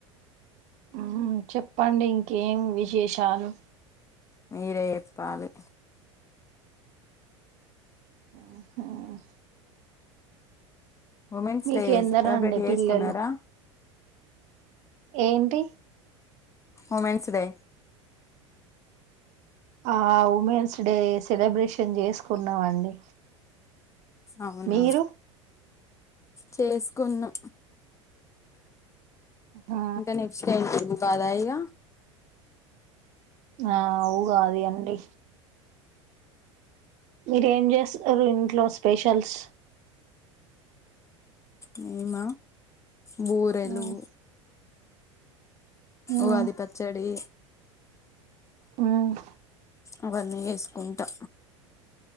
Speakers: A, on the right; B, on the left.
A: ఉమ్ చెప్పండి ఇంకేం విశేషాలు
B: మీరే చెప్పాలి
A: ఉహ్
B: ఉమెన్స్
A: మీకు
B: డే
A: ఎందరండి
B: సెలబ్రేట్ చేసుకున్నారా
A: పిల్లలు ఏంటి
B: ఉమెన్స్ డే
A: ఆ ఉమెన్స్ డే సెలబ్రేషన్ చేసుకున్నామండి
B: అవునా
A: మీరు
B: చేసుకున్నా
A: ఆ
B: ఇంక నెక్స్ట్ ఏంటి ఉగాది ఆ ఇగ
A: ఆ ఉగాది అండి మీరు ఏం చేస్తున్నరు ఇంట్లో స్పెషల్స్
B: మెమ బురెలు
A: మ్మ్ మ్మ్
B: ఉగాది పచ్చడి
A: ఉమ్
B: అవన్నీ చేసుకుంటా